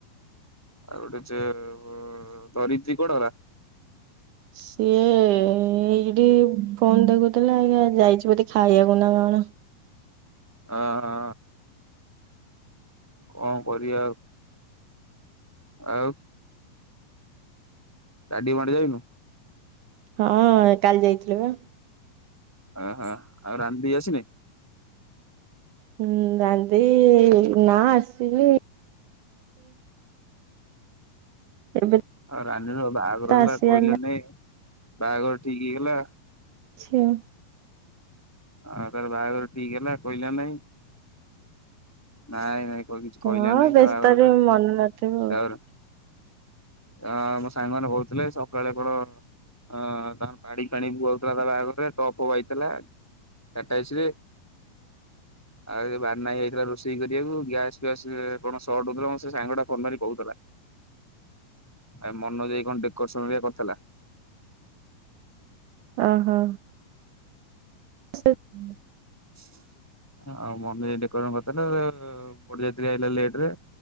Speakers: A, on the left; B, on the right.
A: ଆଉ, ଗୋଟେ ଯେ-ଏ-ଏ ଧରିିତ୍ରୀ କୁଆଡେ ଗଲା?
B: ସିଏ ଏଇ-ଇଠି ଫୋନ୍ ଦେଖୁଥିଲା ଅଇକା ଯାଇଚି, ବୋଧେ ଖାଇବାକୁ ନା କଣ?
A: ଆ ହଁ ହଁ। କଣ କରିବା ଆଉ। ଆଉ, ଷ୍ଟାଡିୟମ୍ ଆଡେ ଯାଇନୁ?
B: ହଁ, କାଲି ଯାଇଥିଲି ବା।
A: ଓହୋ! ଆଉ ରାନ୍ ଦେଇ ଆସିନି?
B: ହୁଁ, ରାନ୍ ଦେଇ ନା, ଆସିନି। ଏବେ
A: ଆଉ ରାନୀର ବାହାଘର
B: ତ
A: ହେଲା।
B: ଆସିବାର
A: କହିଲ ନି? ବାହାଘର ଠିକ୍ ହେଇଗଲା।
B: ଛିଣ
A: ଆଉ, ତାର ବାହାଘର ଠିକ୍ ହେଲା କହିଲା ନାଇଁ। ନାଇଁ ନାଇଁ କ-କିଛି କହିଲା
B: ହଁ
A: ନାଇଁ,
B: ବ୍ୟସ୍ତରେ
A: ତା ବାହାଘର କଥା।
B: ମନେ ନଥିବ ଆଉ।
A: ତା'ପରେ ଆ ମୋ ସାଙ୍ଗମାନେ କହୁଥିଲେ, ସକାଳେ କଣ? ହଁ, ତାଙ୍କର ପାଣି ଫାଣି ବୁହାଉଥିଲା ତା ବାହାଘରରେ ଟପ୍ ଫପ୍ ଆଇଥିଲା। ଟାଟା ଏସି ରେ ଆଉ, ଏ ବାନାହାଇ ଆଇଥିଲା ରୋଷେଇ କରିବାକୁ ଗ୍ୟାସ୍ ଫ୍ୟାସ୍ କଣ ସଟ୍ ହଉଥିଲା। ମୋର ସେ ସାଙ୍ଗଟା ଫୋନ୍ ମାରି କହୁଥିଲା। ଆ ମନଜ୍ ହାଇ କଣ ଡେକରସନ୍ ହେରିକା କରିଥିଲା?
B: ଅ ହ। ସେ ଉଁ।
A: । ଆଉ ମମି <unintelligible> ପଡିଯାଇଥିଲି, ଆଇଲା ଲେଟରେ।